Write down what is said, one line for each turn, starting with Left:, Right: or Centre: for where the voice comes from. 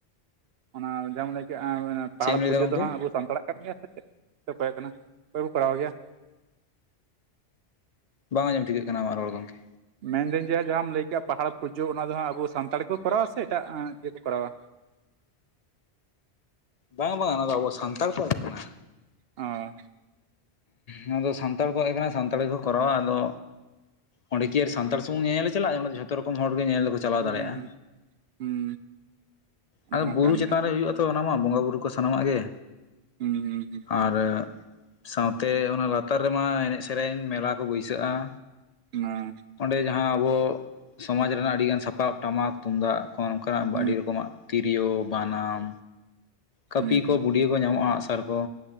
Right: ᱚᱱᱟ ᱡᱟᱦᱟᱸᱢ ᱞᱟᱹᱭ ᱠᱮᱫᱼᱟ ᱚᱱᱟ ᱯᱟᱦᱟᱲ
Left: ᱪᱮᱫ ᱮᱢ ᱞᱟᱹᱭᱫᱟ
Right: ᱯᱩᱡᱟᱹ
Left: ᱜᱚᱝᱠᱮ
Right: ᱫᱚ ᱦᱟᱸᱜ ᱟᱵᱚ ᱥᱟᱱᱛᱟᱲᱟᱜ ᱠᱟᱱᱟ ᱠᱟᱱ ᱜᱮᱭᱟ ᱥᱮ ᱪᱮᱫ ᱪ ᱦᱩᱭᱩᱜ ᱠᱟᱱᱟ ᱦᱳᱭ ᱠᱚᱜ ᱠᱚᱨᱟᱣ ᱜᱮᱭᱟ
Left: ᱵᱟᱝ ᱟᱸᱡᱚᱢ ᱴᱷᱤᱠᱟᱹᱜ ᱠᱟᱱᱟ ᱟᱢᱟᱜ ᱨᱚᱲ ᱜᱚᱝᱠᱮ
Right: ᱢᱮᱱᱫᱟᱹᱧ ᱡᱮ ᱡᱟᱦᱟᱸᱢ ᱞᱟᱹᱭ ᱠᱮᱫᱼᱟ ᱯᱟᱦᱟᱲ ᱯᱩᱡᱟᱹ ᱚᱱᱟ ᱫᱚ ᱦᱟᱸᱜ ᱟᱵᱚ ᱥᱟᱱᱛᱟᱲ ᱜᱮᱠᱚ ᱠᱚᱨᱟᱣᱟ ᱥᱮ ᱮᱴᱟᱜ ᱤᱭᱟᱹ ᱠᱚ ᱠᱚᱨᱟᱣᱟ
Left: ᱵᱟᱝ ᱵᱟᱝᱟ ᱚᱱᱟ ᱫᱚ ᱟᱵᱚ ᱥᱟᱱᱛᱟᱲ ᱠᱚᱣᱟᱜ ᱠᱟᱱᱟ
Right: ᱚ
Left: ᱱᱚᱣᱟᱫᱚ ᱥᱟᱱᱛᱟᱲ ᱠᱚᱣᱟᱜ ᱜᱮ ᱠᱟᱱᱟ ᱥᱟᱱᱛᱟᱲ ᱜᱮ ᱠᱚ ᱠᱚᱨᱟᱣᱟ ᱟᱫᱚ ᱚᱸᱰᱮ ᱠᱤ ᱟᱨ ᱥᱟᱱᱛᱟᱲ ᱥᱩᱢᱩᱝ ᱧᱮᱧᱮᱞ ᱮ ᱪᱟᱞᱟᱜᱼᱟ ᱚᱱᱟ ᱡᱚᱛᱚ ᱨᱚᱠᱚᱢ ᱦᱚᱲ ᱜᱮ ᱧᱮᱞ ᱫᱚ ᱠᱚ ᱪᱟᱞᱟᱣ
Right: ᱦᱩᱸ
Left: ᱫᱟᱲᱮᱭᱟᱜᱼᱟ
Right: ᱦᱩᱸ ᱦᱩᱸ ᱚᱱᱟ
Left: ᱟᱫᱚ
Right: ᱢᱟ
Left: ᱵᱩᱨᱩ
Right: ᱠᱟᱱ
Left: ᱪᱮᱛᱟᱱ
Right: ᱜᱮᱭᱟ
Left: ᱨᱮ ᱦᱩᱭᱩᱜᱼᱟ ᱛᱚ ᱚᱱᱟ ᱢᱟ ᱵᱚᱸᱜᱟ ᱵᱩᱨᱩ ᱠᱚ ᱥᱟᱱᱟᱢᱟᱜ ᱜᱮ
Right: ᱦᱩᱸ ᱦᱩᱸ ᱦᱩᱸ
Left: ᱟᱨ <inaudible> ᱥᱟᱶᱛᱮ ᱚᱱᱟ ᱞᱟᱛᱟᱨ ᱨᱮ ᱢᱟ ᱮᱱᱮᱡ ᱥᱮᱨᱮᱧ ᱢᱮᱞᱟ ᱠᱚ ᱵᱟᱹᱭᱥᱟᱹᱼᱟ
Right: <unintelligible>
Left: ᱚᱸᱰᱮ ᱡᱟᱦᱟᱸ ᱟᱵᱚ ᱥᱚᱢᱟᱡᱽ ᱨᱮᱱᱟᱜ ᱟᱹᱰᱤᱜᱟᱱ ᱥᱟᱯᱟᱵ ᱴᱟᱢᱟᱠ ᱛᱩᱢᱫᱟᱜ ᱠᱚ ᱱᱚᱝᱠᱟᱱᱟᱜ
Right: ᱦᱩᱸ
Left: ᱟᱹᱰᱤ ᱨᱚᱠᱚᱢᱟᱜ ᱛᱤᱨᱭᱳ ᱵᱟᱱᱟᱢ ᱠᱟᱹᱯᱤ
Right: ᱦᱩᱸ ᱦᱩᱸ
Left: ᱠᱚ ᱵᱩᱰᱭᱟᱹ ᱠᱚ ᱧᱟᱢᱚᱜᱼᱟ ᱟᱸᱜᱼᱥᱟᱨ ᱠᱚ